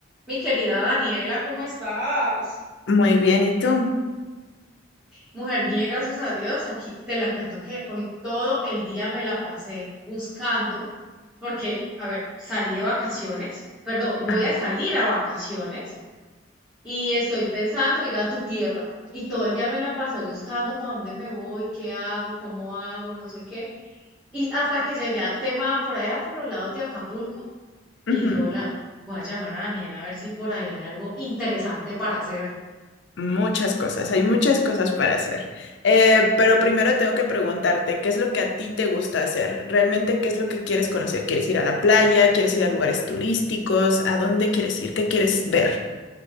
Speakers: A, in the centre; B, on the left (about 60°).
A: Mi querida Daniela, ¿cómo estás?
B: Muy bien, ¿y tú?
A: Mujer, bien, gracias a Dios. Aquí te la cuento que hoy todo el día me la pasé buscando porque, a ver, salí de vacaciones, perdón, voy
B: Ajá.
A: a salir a vacaciones y estoy pensando ir a tu tierra. Y todo el día me la pasé buscando para dónde me voy, qué hago, cómo hago, no sé qué. Y hasta que llegué al tema por allá, por los lados de Acapulco,
B: ujú.
A: y dije, hola, voy a llamar a Daniela a ver si por ahí hay algo interesante para hacer.
B: Muchas cosas, hay muchas cosas para hacer. Eh, pero primero tengo que preguntarte, ¿qué es lo que a ti te gusta hacer? ¿Realmente qué es lo que quieres conocer? ¿Quieres ir a la playa? ¿Quieres ir a lugares turísticos? ¿A dónde quieres ir? ¿Qué quieres ver?